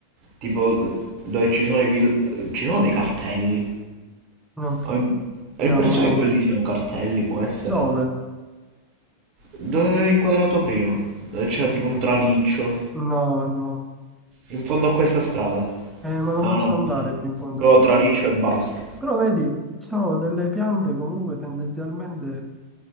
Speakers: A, on the right (about 40°); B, in the centre.
A: tipo, dove ci sono i vill- Ci sono dei cartelli.
B: Non credo.
A: Ho, im-
B: Siamo
A: ho l'impressione
B: in un...
A: che quelli siano cartelli, può essere.
B: Dove?
A: Dove ho inquadrato prima? Dove c'era tipo un traliccio.
B: No, no.
A: In fondo a questa strada.
B: Eh, ma non
A: Ah
B: posso
A: no,
B: andare
A: sì.
B: più in fondo
A: però
B: di così.
A: traliccio e basta.
B: Però vedi, sono delle piante comunque tendenzialmente...